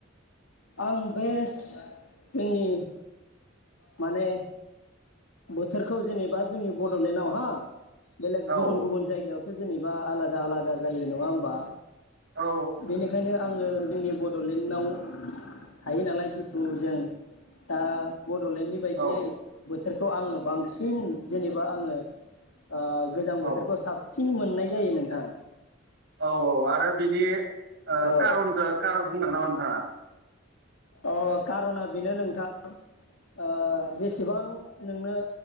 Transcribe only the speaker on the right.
औ
औ
औ
औ
औ औ आरो बिनि ओ
कारनखौ कार बुंदों ना हो